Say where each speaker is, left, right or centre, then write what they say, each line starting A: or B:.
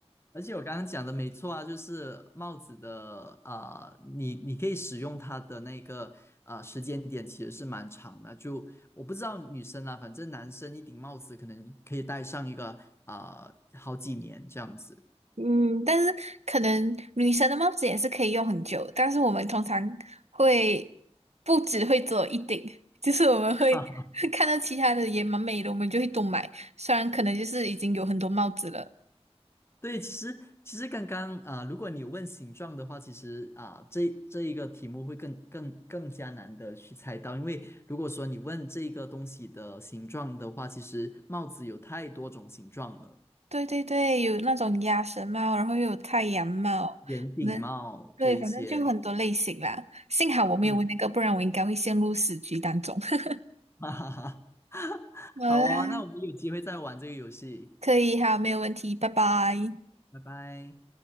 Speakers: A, on the left (about 25°); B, on the right (about 75°).
A: 而且我刚刚讲的没错啊，就是帽子的啊、你你可以使用它的那个啊、时间点其实是蛮长的。就我不知道女生啦，反正男生一顶帽子可能可以戴上一个啊、好几年这样子。
B: 嗯，但是可能女生的帽子也是可以用很久，但是我们通常会不只会做一顶，<laughs> 就是我们会
A: <laughs>
B: <laughs> 看到其他的也蛮美的，我们就会多买。虽然可能就是已经有很多帽子了。
A: 对，其实其实刚刚啊、如果你问形状的话，其实啊、这这一个题目会更更更加难的去猜到，因为如果说你问这个东西的形状的话，其实帽子有太多种形状了，
B: 对对对，有那种鸭舌帽，然后又有太阳帽，
A: 圆顶帽这一些，
B: 那对，反正就很多类型啦。幸好我没有问那个，
A: 嗯，
B: 不然我应该会陷入死局当中。<laughs>
A: <laughs> 哈哈哈，<laughs>
B: 好啦，
A: 好哦，那我们有机会再玩这个游戏，
B: 可以，好，没有问题，拜拜。
A: 拜拜。